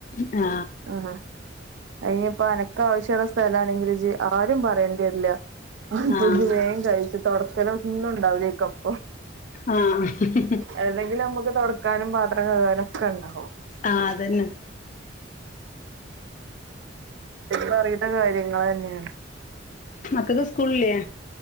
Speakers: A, on the left (about 40°); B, on the right (about 70°).
A: ആ
B: ആ അയിനിയിപ്പോ അനക്ക ആവശ്യമുള്ള സ്ഥല ആണെങ്കിൽ ആരും പറയേണ്ടിരില്ല ആ
A: ആഹ്
B: ഫുഡ് വേഗം കഴിച്ച് തൊടക്കലൊന്നും ഉണ്ടാവില്ലക്കപ്പൊ
A: ആഹ് ഹ്ഹ്
B: അല്ലെങ്കിൽ നമുക്ക് തൊടക്കാനും പാത്രം കഴുകാനും ഒക്കെ ഉണ്ടാവും
A: ആഹ് അതന്നെ
B: പറിയുന്ന കാര്യങ്ങൾ തന്നെയാണ്
A: മക്കൾക്ക് സ്കൂളില്ലേ?